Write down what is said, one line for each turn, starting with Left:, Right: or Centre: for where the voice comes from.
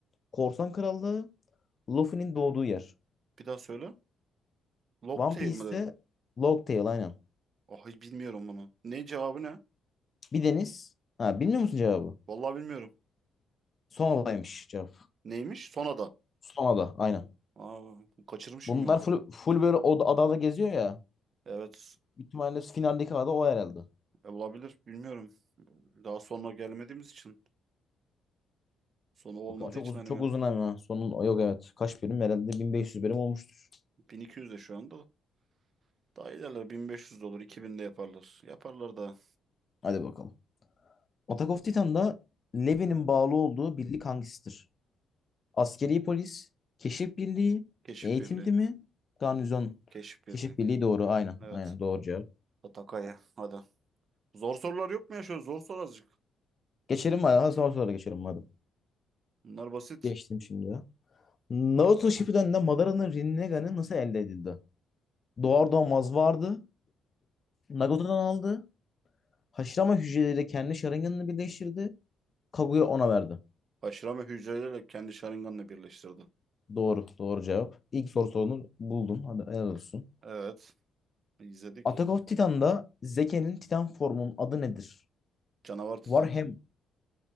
Left: korsan krallığı, Luffy'nin doğduğu yer.
Right: Bir daha söyle. Locktail
Left: One Piece'te
Right: mı dedin?
Left: Logtail aynen.
Right: Ah hiç bilmiyorum bunu. Ne cevabı ne?
Left: Bir deniz. Ha, bilmiyor musun cevabı?
Right: Vallahi bilmiyorum.
Left: Son adaymış cevap.
Right: Neymiş? Sonada.
Left: Son ada aynen.
Right: Aa, kaçırmışım
Left: Bunlar
Right: ya.
Left: full, full böyle o adada geziyor ya.
Right: Evet.
Left: Büyük ihtimalle finaldeki ada o herhalde.
Right: E, olabilir. Bilmiyorum. Daha sonra gelmediğimiz için. Sonu olmadığı
Left: Bak çok
Right: için
Left: uzun
Right: animenin.
Left: çok uzun ama sonun yok evet. Kaç bölüm herhalde 1500 bölüm olmuştur.
Right: 1200 de şu anda. Daha ilerler. 1500 de olur. 2000 de yaparlar. Yaparlar da.
Left: Hadi bakalım. Attack of Titan'da Levi'nin bağlı olduğu birlik hangisidir? Askeri polis, keşif birliği,
Right: Keşif
Left: eğitim
Right: birliği.
Left: mi? Garnizon.
Right: Keşif birliği.
Left: Keşif birliği doğru. Aynen.
Right: Evet.
Left: Aynen doğru cevap.
Right: Atakaya. Hadi. Zor sorular yok mu ya? Şöyle zor sor azıcık.
Left: Geçelim hadi. Ha, Son sorulara geçelim hadi.
Right: Bunlar basit.
Left: Geçtim şimdi ya. Naruto Shippuden'de Madara'nın Rinnegan'ı nasıl elde edildi? Doğar doğmaz vardı. Nagato'dan aldı. Haşlama hücreleriyle kendi şırınganını birleştirdi. Kaguya ona verdi.
Right: Haşirame hücreleriyle kendi Sharingan'ını birleştirdi.
Left: Doğru. Doğru cevap. İlk soru sorunu buldun. Hadi helal olsun.
Right: Evet. İzledik.
Left: Attack of Titan'da Zeke'nin Titan formunun adı nedir?
Right: Canavar Titan.
Left: Warhammer.